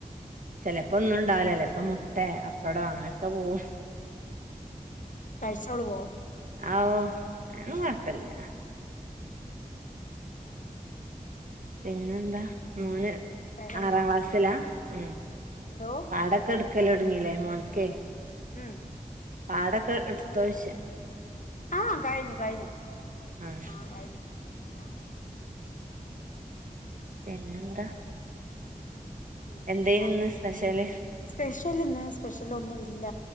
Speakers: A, on the right (about 60°); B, on the left (about 60°).
A: ചിലപ്പോ ഒന്നും ഉണ്ടാവില്ല ലപ്പം മുട്ട അപ്പടോ അങ്ങനൊക്കെ പോവും
B: കഴിച്ചോളുവോ
A: ആവോ ആന്നും കൊഴപ്പില്ല
B: പിന്നെ
A: പിന്നെന്താ മോന്
B: വേറെന്നാ
A: ആറാം ക്ലാസ്സിലാ ഉം
B: എന്തോ
A: പാഠമൊക്കെ എടുക്ക ല് തുടങ്ങിയില്ലേ മോനുക്കെ
B: ഉം
A: പാടൊക്കെ എടുത്തോശ
B: ആ കഴിഞ്ഞു കഴിഞ്ഞു
A: ആഹ്
B: ആ കഴിഞ്ഞു <unintelligible>
A: പിന്നെന്താ
B: പിന്നെന്താണ്
A: എന്തേനു ഇന്ന് സ്പെഷ്യല്
B: സ്പെഷ്യലിന്ന് സ്പെഷ്യൽ ഒന്നും ഇല്ല